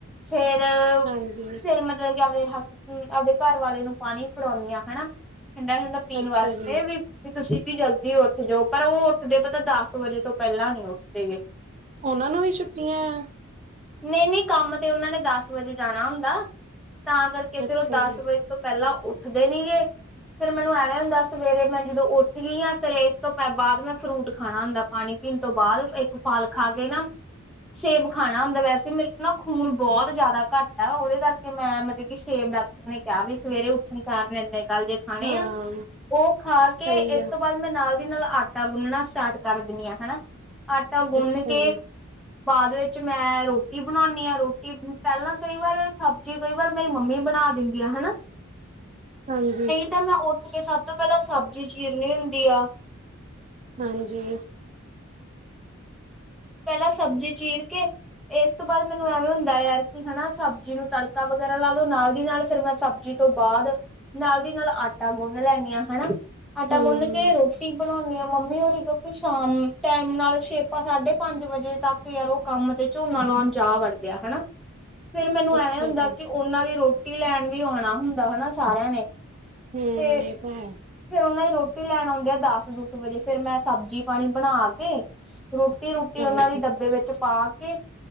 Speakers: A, in the centre; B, on the right.
A: ਫੇਰ,
B: ਹਾਂਜੀ
A: ਫੇਰ ਮਤਲਬ ਕਿ ਆਪਦੇ ਹਸਬੈਂਡ ਆਪਦੇ ਘਰ ਵਾਲੇ ਨੂੰ ਪਾਣੀ ਫੜਾਉਂਨੀ ਆਂ ਹਨਾ। ਠੰਡਾ ਠੰਡਾ ਪੀਣ
B: ਅੱਛਾ
A: ਵਾਸਤੇ
B: ਜੀ
A: ਵੀ ਵੀ ਤੁਸੀ ਵੀ ਜਲਦੀ ਉੱਠ ਜਓ ਪਰ ਓ ਉੱਠਦੇ ਪਤਾ ਦਸ ਵਜੇ ਤੋਂ ਪੇਲਾਂ ਨੀ ਉੱਠਦੇ ਗੇ।
B: ਓਨਾਂ ਨੂੰ ਵੀ ਛੁੱਟੀਆਂ ਐਂ।
A: ਨੀ ਨੀ ਕੰਮ ਤੇ ਓਨਾਂ ਨੇ ਦਸ ਵਜੇ ਜਾਣਾ ਹੁੰਦਾ, ਤਾਂ ਕਰ ਕੇ ਫੇਰ
B: ਅੱਛਾ
A: ਓ ਦਸ
B: ਜੀ
A: ਵਜੇ ਤੋਂ ਪੈਲਾਂ ਉੱਠਦੇ ਨੀ ਗੇ। ਫੇਰ ਮੈਨੂੰ ਐਵੇਂ ਹੁੰਦਾ ਸਵੇਰੇ ਮੈਂ ਜਦੋਂ ਉੱਠਗੀ ਆਂ ਫੇਰ ਏਸ ਤੋਂ ਪੇ ਬਾਦ ਮੈਂ ਫਰੂਟ ਖਾਣਾ ਹੁੰਦਾ। ਪਾਣੀ ਪੀਨ ਤੋਂ ਬਾਦ ਏਕ ਫਲ ਖਾ ਕੇ ਨਾ ਸੇਬ ਖਾਣਾ ਹੁੰਦਾ। ਵੈਸੇ ਮੇਰੇ ਚ ਨਾ ਖੂਨ ਬੋਤ ਜਾਦਾ ਘੱਟ ਆ, ਓਦੇ ਕਰਕੇ ਮੈਂ ਮਤਲ ਕਿ ਸੇਬ ਡਾਕ ਨੇ ਕੇਆ ਵੀ ਸਵੇਰੇ ਉੱਠਣ ਸਾਰ ਨਿਰਨੇ ਕਾਲਜੇ ਖਾਣੇ
B: ਹਾਂ
A: ਆ। ਓ ਖਾ ਕੇ
B: ਸਹੀ
A: ਏਸ
B: ਆ
A: ਤੋਂ ਬਾਦ ਮੈਂ ਨਾਲ ਦੀ ਨਾਲ ਆਟਾ ਗੁੰਨਣਾ ਸਟਾਰਟ ਕਰ ਦੇਨੀ ਆਂ ਹਨਾ। ਆਟਾ ਗੁੰਨ
B: ਅੱਛਾ
A: ਕੇ
B: ਜੀ
A: ਬਾਦ ਵਿੱਚ ਮੈਂ ਰੋਟੀ ਬਣਾਉਨੀ ਆਂ। ਰੋਟੀ ਪੈਲਾਂ ਕਈ ਵਾਰ ਸਬ ਜੀ ਕਈ ਵਾਰ ਮੇਰੀ ਮੰਮੀ ਬਣਾ ਦੇਂਦੀ ਆ ਹਨਾ।
B: ਹਾਂਜੀ।
A: ਤੇ ਮੈਂ ਓਠ ਕੇ ਸਭ ਤੋਂ ਪੇਲਾਂ ਸਬਜੀ ਚੀਰਨੀ ਹੁੰਦੀ ਆ।
B: ਹਾਂਜੀ।
A: ਪੈਲਾਂ ਸਬਜੀ ਚੀਰ ਕੇ। ਏਸ ਤੋਂ ਬਾਦ ਮੈਨੂੰ ਐਵੇਂ ਹੁੰਦਾ ਯਾਰ ਕਿ ਹਨਾ ਸਬਜੀ ਨੂੰ ਤੜਕਾ ਵਗੈਰਾ ਲਾ ਦੋ। ਨਾਲ ਦੀ ਨਾਲ ਫੇਰ ਮੈਂ ਸਬਜੀ ਤੋਂ ਬਾਦ ਨਾਲ ਦੀ ਨਾਲ ਆਟਾ ਗੁਨ ਲੈਨੀ ਆਂ ਹੈਨਾ। ਆਟਾ
B: ਹਮ
A: ਗੁੰਨ ਕੇ ਰੋਟੀ ਬਣਾਉਨੀ ਆ ਮੰਮੀ ਹੋਰੀ ਕਿਉਂਕਿ ਸ਼ਾਮ ਟੈਮ ਨਾਲ ਸ਼ੇਪਾ ਸਾਡੇ ਪੰਜ ਵਜੇ ਤੱਕ ਯਾਰ ਓ ਕੰਮ ਤੇ ਝੋਨਾ ਲਾਉਣ ਜਾ ਵੜਦੇ ਆ ਹਨਾ। ਫਿਰ ਮੈਨੂੰ
B: ਅੱਛਾ
A: ਐਵੇਂ ਹੁੰਦਾ
B: ਜੀ
A: ਕਿ ਓਨਾਂ ਦੀ ਰੋਟੀ ਲੈਣ ਵੀ ਆਉਣਾ ਹੁੰਦਾ ਹਨਾ ਸਾਰੇਆਂ ਨੇ।
B: ਹੂੰ।
A: ਤੇ
B: ਏ ਤਾਂ ਹੈ।
A: ਫੇਰ ਓਨਾ ਦੀ ਰੋਟੀ ਲੈਣ ਆਉਂਦੇ ਆ ਦਸ ਦੁਸ ਵਜੇ। ਫੇਰ ਮੈਂ ਸਬਜੀ ਪਾਣੀ ਬਣਾ ਕੇ ਰੋਟੀ ਰੂਟੀ
B: ਹਾਂਜੀ
A: ਓਨਾਂ ਦੀ ਡੱਬੇ ਵਿੱਚ ਪਾ ਕੇ